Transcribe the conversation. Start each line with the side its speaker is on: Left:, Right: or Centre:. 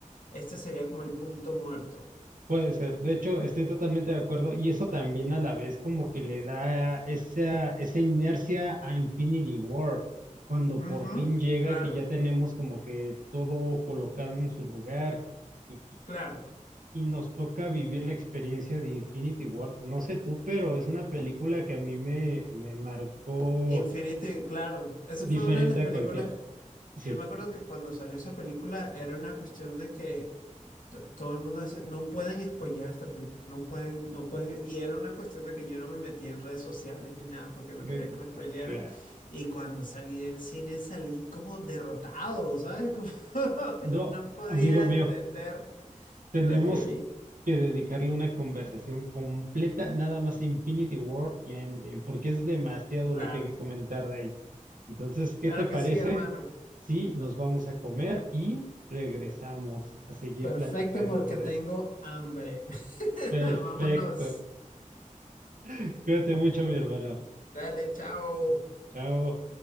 Left: este sería como el punto muerto.
Right: Puede ser, de hecho, estoy totalmente de acuerdo y eso también a la vez como que le da esa, esa inercia a Infinity War, cuando
Left: Ujú,
Right: por fin llega,
Left: claro,
Right: que ya tenemos como que todo colocado en su lugar y,
Left: claro.
Right: y- y nos toca vivir la experiencia de Infinity War. No sé tú, pero es una película que a mí me, me marcó
Left: Infinity, claro. Esa
Right: diferente
Left: fue una de las
Right: a
Left: películas.
Right: cualquier... Sí,
Left: Yo me acuerdo que cuando salió esa película era una cuestión de que to- todo el mundo hace, no pueden spoilear esta película, no pueden, no pueden, y era una cuestión de que yo no me metía en redes sociales ni nada, porque
Right: eh,
Left: no quería que me spoilearan,
Right: ah, claro.
Left: y cuando salí del cine salí como derrotado, ¿sabes? Como, <laughs>
Right: No,
Left: yo no podía
Right: amigo mío.
Left: entender
Right: Tenemos
Left: lo que vi.
Right: que dedicarle una conversación completa nada más a Infinity War y a Endgame, porque es demasiado
Left: Claro,
Right: lo que hay que comentar de ahí. Entonces, ¿qué
Left: claro
Right: te parece
Left: que sí, hermano.
Right: si nos vamos a comer y regresamos a seguir
Left: Perfecto
Right: platicando
Left: porque
Right: de
Left: tengo
Right: esto?
Left: hambre. <laughs>
Right: Perfecto.
Left: Vámonos.
Right: <laughs> Cuídate mucho, mi hermano.
Left: Dale, chao.
Right: Chao.